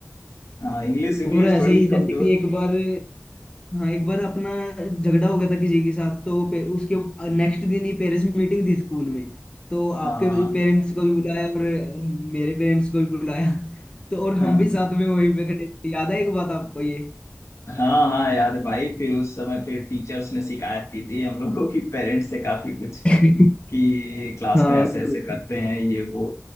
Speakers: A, on the left; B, on the left.
A: हाँ इंग्लिश इंग्लिश
B: और ऐसे
A: थोड़ी
B: ही जैसे
A: कमजोर
B: कि एक बार हाँ एक बार अपना झगड़ा हो गया था किसी के साथ तो पे, उसके नेक्स्ट दिन ही पेरेंट्स मीटिंग थी स्कूल में तो
A: हाँ
B: आपके पेरेंट्स को भी बुलाया और मेरे पेरेंट्स को भी बुलाया तो और
A: हाँ
B: हम भी साथ में वहीं पे खड़े थे याद है एक बात आपको ये
A: हाँ हाँ यार भाई फिर उस समय फिर टीचर्स ने शिकायत की थी हम लोगों की पेरेंट्स से काफी कुछ
B: <laughs>
A: कि क्लास
B: हाँ
A: में ऐसे ऐसे
B: बिल्कुल
A: करते हैं ये वो